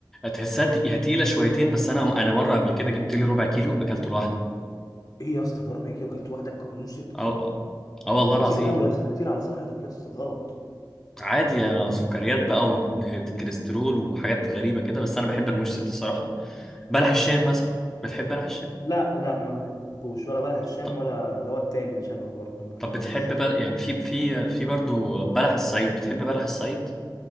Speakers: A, in the centre; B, on the left.
A: تحسها تقيلة شويتين بس انا انا مرة قبل كده جبت لي ربع كيلو اكلته لوحدي
B: ايه يا اسطى ده ربع كيلو كلت لوحدك رموش ست
A: اه اه والله
B: كتير
A: العظيم
B: قوي يا اسطى كتير على صحتك يا اسطى غلط
A: عادي يا سكريات بقى وكوليسترول وحاجات غريبه كده بس انا بحب المشطه الصراحه بلح الشام مثلا بتحب بلح الشام
B: لا لا ما بحبوش ولا بلح الشام
A: طب
B: ولا اللي هو التاني اللي شبهه برضه ما بحبوش
A: طب بتحب بل... يعني في في في برضو بلح الصعيد بتحب بلح الصعيد